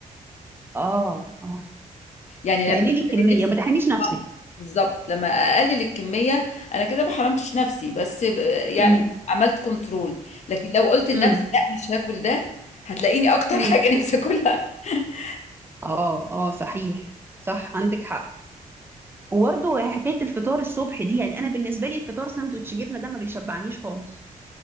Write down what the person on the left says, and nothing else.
يعني
لما اكل
لنفسي
اه بالظبط لما اقلل الكميه انا كده ما حرمتش نفسي بس ب- يعني
عملت كنترول لكن لو قلت لنفسي
لا مش هاكل ده هتلاقيني اكتر
<laughs> حاجه نفسي اكلها <laughs>